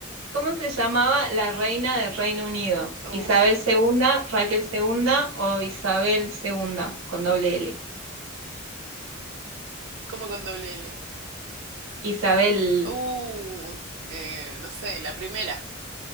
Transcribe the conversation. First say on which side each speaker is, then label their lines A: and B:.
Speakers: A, on the right; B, on the right.
A: ¿Cómo se llamaba la reina del Reino Unido?
B: Oh,
A: ¿Isabel segunda Raquel segunda o Isabel segunda con doble L?
B: <laughs> como con doble L.
A: Isabel.
B: Uh, eh, no sé, la primera.